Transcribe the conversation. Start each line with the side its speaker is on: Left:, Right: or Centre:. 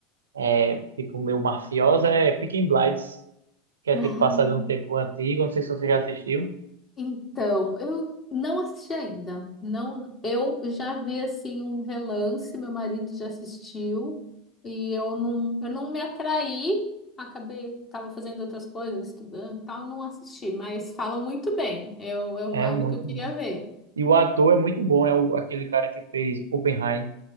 Right: É, tipo, meu mafiosa, é Peaky Blinders, que é
Left: Ah,
Right: tipo passado em um tempo antigo, não sei se você já assistiu.
Left: Então, eu não assisti ainda. Não, eu já vi assim um relance, meu marido já assistiu e eu não, eu não me atraí. Acabei, estava fazendo outras coisas, estudando, e tal, não assisti, mas falam muito bem. Eu, é uma-
Right: É
Left: algo
Right: muito
Left: que eu queria
Right: bom.
Left: ver.
Right: E o ator é muito bom, é o, aquele cara que fez Oppenheim,